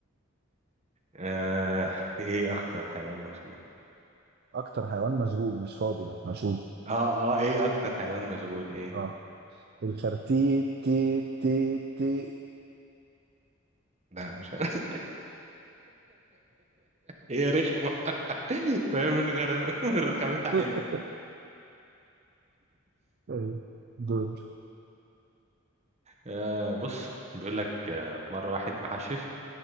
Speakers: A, on the right; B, on the right.
A: آه ايه اخطر حيوان مشهور
B: اكتر حيوان مشغول مش فاضي يعني مشغول
A: اه اه ايه اكتر حيوان مشغول ايه
B: اه الخرتيت تي تي تي
A: لا مش <laughs> هي رخمة <laughs> فاهم من غير من رخامتها
B: <laughs> إيه، دول
A: آه بص بيقول لك آه مرة واحد محشش